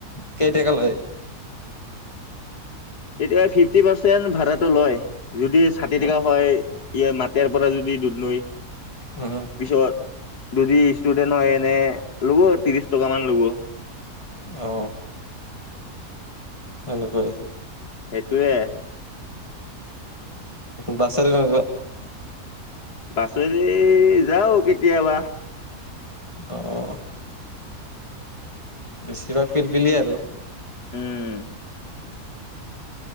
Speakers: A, on the left; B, on the left.
A: কে টেকা লয়
B: কেতিয়াবা ফিফটি পাৰ্চেন্ট ভাড়াটো লয় যদি ষাঠি
A: উম
B: টকা হয় ইয়ে মাটেৰ পৰা যদি দুধ নৈ
A: অ
B: পিছত যদি ষ্টুডেন্ট হয় এনে ল'ব ত্ৰিশ টকা মান ল'ব
A: অ সেনেকৈয়
B: সেইটোয়ে
A: বাছল নহব
B: বাছে দি যাও কেতিয়াবা
A: অ বেছিভাগ পিলপিলি আৰু
B: উম